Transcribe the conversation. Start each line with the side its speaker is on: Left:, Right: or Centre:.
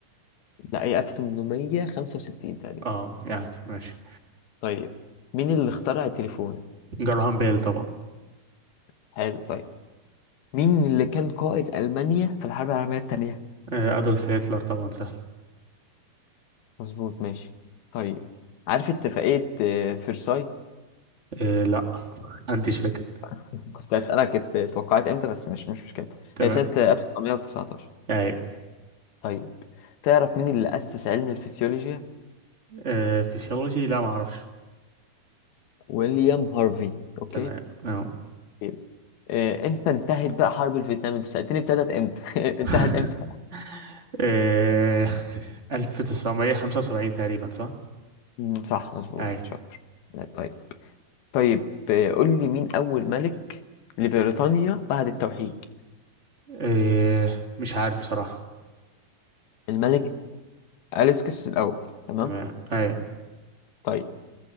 Left: لا هي 1865 تقريبا
Right: اه يعني ماشي
Left: طيب مين اللي اخترع التليفون
Right: جراهام بيل طبعا
Left: حلو طيب مين اللي كان قائد ألمانيا في الحرب العالمية التانية
Right: آه، أدولف هتلر طبعا سهل
Left: مظبوط ماشي طيب عارف اتفاقية آه، فرساي
Right: آه، لا ما عنديش فكرة
Left: <laughs> كنت أسألك ات- توقعت امتى بس مش مش مشكلة
Right: تمام
Left: هي سنة 1919
Right: أي
Left: طيب تعرف مين اللي أسس علم الفسيولوجيا
Right: آه، فيسيولوجي لا ما أعرفش
Left: ويليام هارفي أوكي
Right: تمام أه
Left: طيب. آه، امتى انتهت بقى حرب الفيتنام انت سألتني ابتدت امتى <laughs> انتهت
Right: <laughs>
Left: امتى
Right: آه، 1975 تقريبا صح؟
Left: مم، صح مظبوط
Right: أي
Left: شاطر طيب طيب آه، قول لي مين أول ملك لبريطانيا بعد التوحيد
Right: آه، مش عارف بصراحة
Left: الملك أليسكس الأول تمام
Right: تمام أي
Left: طيب